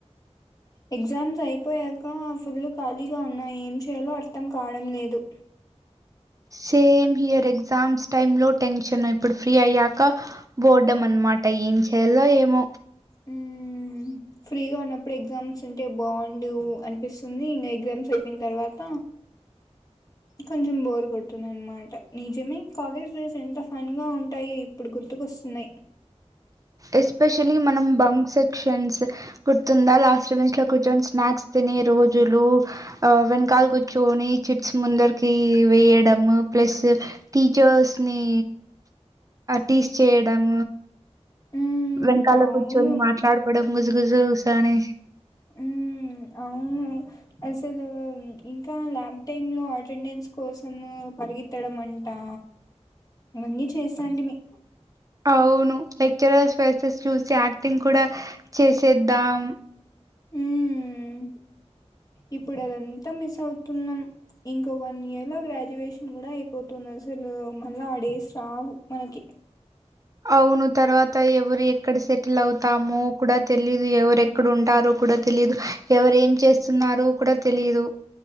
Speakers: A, on the left; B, on the right.
A: ఎగ్జామ్స్ అయిపోయాక ఫుల్ ఖాళీగా ఉన్నాయి ఏం చేయాలో అర్థం కావడం లేదు
B: సేమ్ హియర్ ఎగ్జామ్స్ టైమ్ లో టెన్షన్ ఇప్పుడు ఫ్రీ అయ్యాక బడ్డ మన్ అనమాట ఏం చేయాలో ఏమో
A: హుమ్ ఫ్రీగా ఉన్నప్పుడు ఎగ్జామ్స్ ఉంటే బాగుండు అనిపిస్తుంది ఇంగ ఎగ్జామ్స్ అయిపోయిన తర్వాత కొంచెం బోర్ కొడుతుంది అనమాట నిజమే కాలేజ్ డ్రేస్ ఎంత ఫన్ గా ఉంటాయో ఇప్పుడు గుర్తుకొస్తున్నాయి
B: ఎస్పెషల్లీ మనం బంక్ సెక్షన్స్ గుర్తుందా లాస్ట్ బెంచ్ లో కూర్చొని స్నాక్స్ తి నే రోజులు వెనకాల కూర్చని చిట్స్ ముందరకి వేయడం ప్ల స్ టీచర్స్ ని టీస్ చేయడం
A: ఉమ్
B: వెనకాల
A: అవును
B: కూర్చొని మాట్లాడుకోవడం గుజుగుజుస అని
A: మ్మ్ అవును అసలు ఇంకా ల్యాబ్ టైమ్ లో అటెండెన్స్ కోస్ మ్ పరిగెత్తడం అంటా ఇవన్నీ చేసాటిమి
B: అవును లెక్చరర్స్ ఫెసెస్ చూసి యాక్టింగ్ కూడా చేసేద్దాం
A: మ్మ్ ఇప్పుడు అదంతా మిస్ అవుతున్నాం ఇంకా వన్ ఇయర్లో గ్ర డ్యువేషన్ కూడా అయిపోతుంది అసలు మళ్ళా ఆ డేస్ రావు మనకి
B: అవును తర్వాత ఎవరు ఎక్కడ సెటిల్ అవుతామో కూడా తెలీదు ఎవరెక్కడుంటారో కూడా తెలీదు ఎవరేం చేస్తున్నారో కూడా తెలిదు